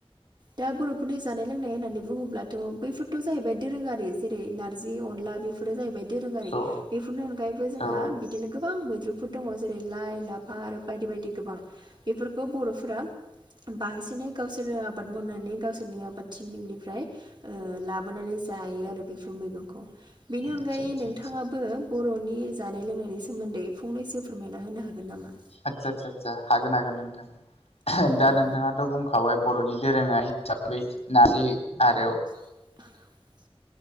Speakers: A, on the right; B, on the left.
A: दा बर'फोरनि जानाय लोंनाय होननानै बुं ङोब्लाथ' बैफोरथ' जाहैबाय दोरोङारि जेरै नार्जि अनला बेफोरो जाहैबाय दोरोङारि
B: औ
A: बेफोरनि अनगायैबो जोंहा
B: औ
A: बिदिनो गोबां मैद्रुफोर दङ जेरै- लाइ लाफा आरो बायदि बायदि गोबां बेफोरखौ बर'फोरा बांसिनै गावसोरो आबाद मावनानै गावसोरनि आबादथिनिफ्राय ओ लाबोनानै जायो आरो बेफोर मैगंखौ बेनि
B: आदसा
A: अनगायै
B: आदसा
A: नोंथाङा
B: आदसा
A: बो बर'नि जानाय लोंनायनि सोमोन्दै फंनैसो फोरमायना होनो हागोन नामा?
B: आदसा सा सा हागोन हागोन नोंथां <unintelligible> दा
A: औ
B: नोंथाङाथ' बुं खाबाय बर'नि दोरोङा हिसाबै नर्जि आरो
A: <inaudible>